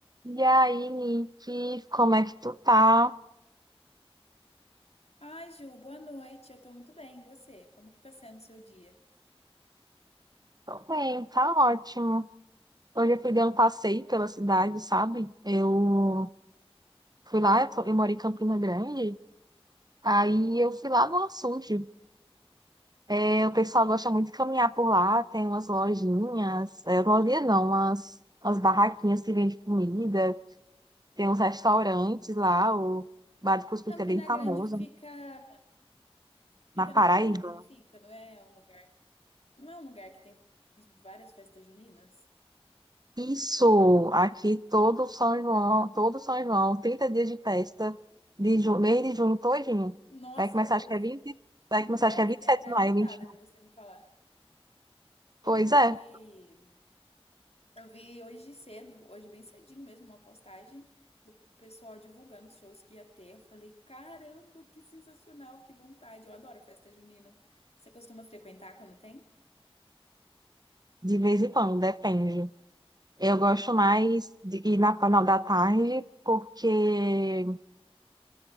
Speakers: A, on the right; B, on the left.
A: E aí, Nick, como é que tu tá?
B: Ai, Ju, boa noite. Eu tô muito bem. E você? Como que tá sendo o seu dia?
A: Tô bem, tá ótimo. Hoje eu fui dar um passeio pela cidade, sabe? Eu fui lá, eu, tô- eu moro em Campina Grande, aí eu fui lá no açude. É, o pessoal gosta muito de caminhar por lá, tem umas lojinhas, é, lojinha não, umas, umas barraquinhas que vendem comida, tem uns restaurantes lá, o Bar do Cuscuz
B: Campina
A: é bem famoso,
B: Grande fica fica
A: na Paraíba.
B: na Paraíba, não fica? Não é um lugar, não é um lugar que tem várias festas juninas?
A: Isso, aqui todo São João, todo São João, 30 dias de festa, de ju- mês de junho todinho.
B: Nossa,
A: Vai começar,
B: eu,
A: acho que é 20 vai
B: mulher,
A: começar, acho que é 27
B: fiquei até
A: de
B: agitada
A: maio, 21.
B: de você me falar. Eu
A: Pois é,
B: vi, eu vi hoje cedo, hoje bem cedinho mesmo, uma postagem do pessoal divulgando os shows que ia ter. Eu falei, caramba, que sensacional, que vontade. Eu adoro festa junina. Você costuma frequentar quando tem?
A: de vez em quando, depende. Eu gosto mais de ir na final da tarde, porque